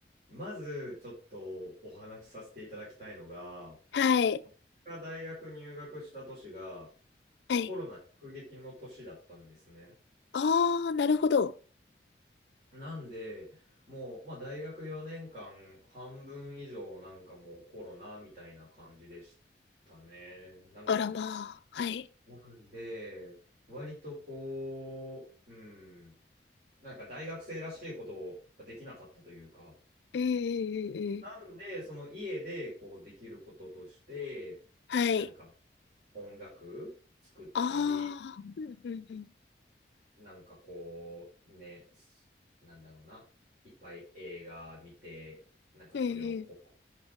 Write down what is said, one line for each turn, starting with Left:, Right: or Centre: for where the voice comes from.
Right: まずちょっとお話しさせていただきたいのが、
Left: はい。
Right: 僕が大学入学した年が
Left: はい。
Right: コロナ直撃の年だったんですね。
Left: ああ、なるほど。
Right: なんで、もう、まあ、大学4年間、半分以上、なんかもうコロナみたいな感じでしたね。なんか、
Left: あらまあ。はい。
Right: なんで、割とこう、うん、なんか大学生らしいことができなかったというか、
Left: うんうんうんうん。
Right: なんで、その家でこうできることとして、
Left: はい。
Right: なんか音楽作ったり、
Left: ああ。うんうんうん。
Right: なんかこう、ね、すなんだろうな、いっぱい映画見て、なんかそれをこ
Left: うんうん。